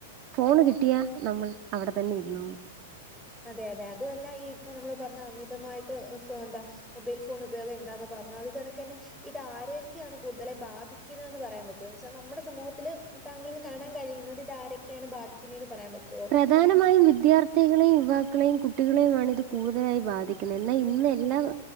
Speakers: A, on the right (about 40°); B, in the centre.
A: ഫോണ് കിട്ടിയാ നമ്മൾ അവിടെ തന്നെ ഇരുന്നോളും
B: അതെ അതെ അതുവല്ല ഈ ഇപ്പൊ നമ്മള് പറഞ്ഞ അമിതമായിട്ട് സോ എന്താ മൊബൈൽ ഫോൺ ഉപയോഗം എന്താന്ന് പറഞ്ഞു അത് തനക്ക് തന്നെ ഇത് ആരേ ഒക്കെ ആണ് കൂടുതലായി ബാധിക്കുന്ന തെന്ന് പറയാൻ പറ്റുമൊ എന്ന് വെച്ചാ നമ്മുടെ സമൂഹത്തില്. താങ്കൾ കാണാൻ കഴിയുന്നത് ഇത് ആരൊക്കെയാണ് ബാധിക്കുന്നതന്ന് പറയാൻ പറ്റുവോ
A: പ്രധാനമായും വിദ്യാർത്ഥികളെയും യുവാക്കളെയും കുട്ടികളെയുമാണ് ഇത് കൂടുതലായി ബാധിക്കുന്നത് എന്നാൽ ഇന്ന് എല്ലാം